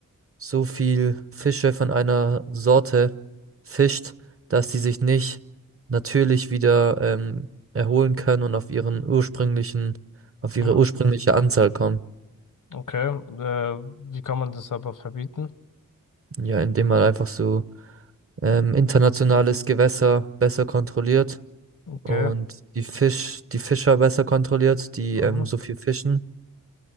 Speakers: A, on the right; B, on the left.
A: so viel Fische von einer Sorte fischt, dass die sich nicht natürlich wieder ähm, erholen können und auf ihren ursprünglichen, auf ihre
B: Mhm.
A: ursprüngliche Anzahl kommen.
B: Okay, äh, wie kann man das aber verbieten?
A: Ja, indem man einfach so ähm, internationales Gewässer besser kontrolliert
B: Okay,
A: und die Fisch, die Fischer besser kontrolliert, die
B: mhm.
A: ähm, so viel fischen.